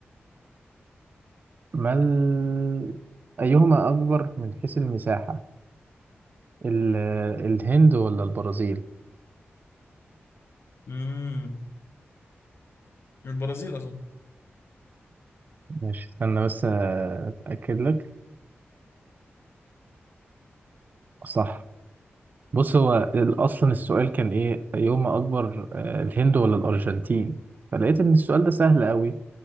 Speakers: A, on the right; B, on the left.
A: ما ال... ايهما اكبر من حيث المساحة ال... الهند ولا البرازيل
B: امم البرازيل اظن
A: ماشي استنى بس اتاكد لك صح بص هو ال- اصلا السؤال كان ايه ايهما اكبر آه، الهند ولا الارجنتين فلقيت ان السؤال ده سهل قوي